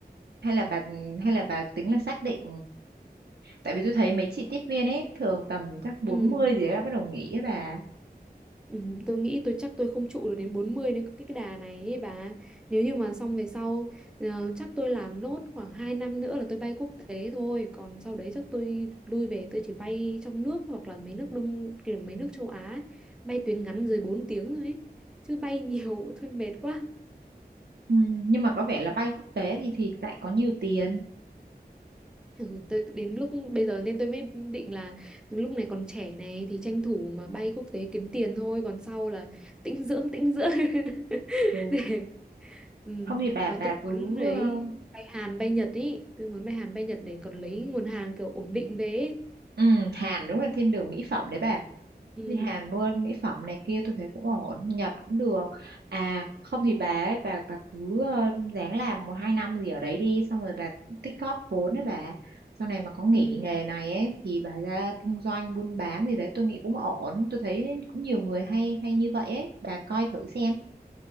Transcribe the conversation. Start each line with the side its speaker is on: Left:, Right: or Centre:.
Right: hay là bà hay là bà tính là xác định tại vì tôi thấy mấy chị tiếp viên ấy thường tầm chắc bốn
Centre: ừ
Right: mươi gì đó bắt đầu nghỉ ấy bà
Centre: Ừ, tôi nghĩ tôi chắc tôi không trụ được đến 40 nếu cái cái đà này ấy bà. Nếu như mà xong về sau ờ, chắc tôi làm nốt khoảng 2 năm nữa là tôi bay quốc tế thôi, còn sau đấy chắc tôi lui về tôi chỉ bay trong nước hoặc là mấy nước đông kiểu mấy nước châu Á, ấy. bay tuyến ngắn dưới 4 tiếng thôi ấy. Chứ bay nhiều <laughs> thôi mệt quá.
Right: Ừ, nhưng mà có vẻ là bay quốc tế thì thì lại có nhiều tiền.
Centre: Ừ, tôi, đến lúc bây giờ nên tôi mới định là lúc này còn trẻ này thì tranh thủ mà bay quốc tế kiếm tiền thôi, còn sau là tĩnh dưỡng tĩnh dưỡng <laughs>
Right: Ừ.
Centre: để Ừ.
Right: Không thì bà
Centre: Ờ,
Right: bà
Centre: tôi
Right: cứ
Centre: muốn đấy
Right: ờ,
Centre: bay Hàn bay Nhật ý tôi muốn bay Hàn bay Nhật để còn lấy nguồn hàng kiểu ổn định về ý.
Right: ừ, Hàn đúng là thiên đường mỹ phẩm đấy bà.
Centre: ừ
Right: Thì Hàn mua mỹ phẩm này kia tôi thấy cũng ổn, Nhật cũng được. À không thì bà ấy, bà bà cứ ờ, ráng làm một hai năm gì ở đấy đi xong rồi bà tích góp vốn đấy bà. Sau này mà có nghỉ
Centre: ừ
Right: nghề này ấy thì bà ra kinh doanh buôn bán gì đấy tôi nghĩ cũng ổn. Tôi thấy cũng nhiều người hay hay như vậy ấy, bà coi thử xem.